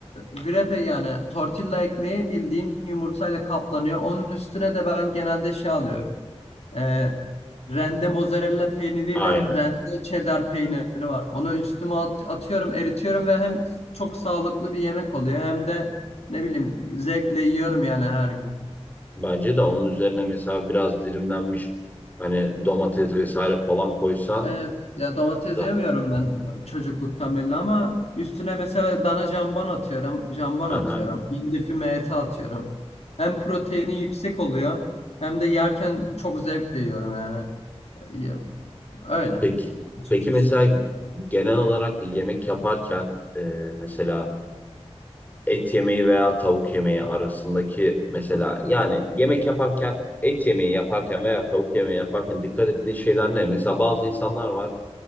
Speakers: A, on the left (about 70°); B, on the left (about 15°).
A: wrap'e yani tortilla ekmeği bildiğin yumurtayla kaplanıyor. Onun üstüne de ben genelde şey alıyorum. E, rende mozzarella peyniriyle
B: Aynen.
A: rende cheddar peyniri var. Onu üstüme at- atıyorum, eritiyorum ve hem çok sağlıklı bir yemek oluyor hem de ne bileyim zevkle yiyorum yani her gün.
B: Bence de onun üzerine mesela biraz dilimlenmiş hani domates vesaire falan koysan
A: Evet, ya domates
B: da.
A: yemiyorum ben çocukluktan belli ama üstüne mesela dana jambon atıyorum, jambon
B: ha
A: atıyorum,
B: hı.
A: hindi füme eti atıyorum. Hem proteini yüksek oluyor hem de yerken çok zevkle yiyorum yani. E, Ya, öyle
B: Peki.
A: açıkçası.
B: Peki mesela genel olarak yemek yaparken e, mesela et yemeği veya tavuk yemeği arasındaki mesela yani yemek yaparken et yemeği yaparken veya tavuk yemeği yaparken dikkat ettiği şeyler ne? Mesela bazı insanlar var.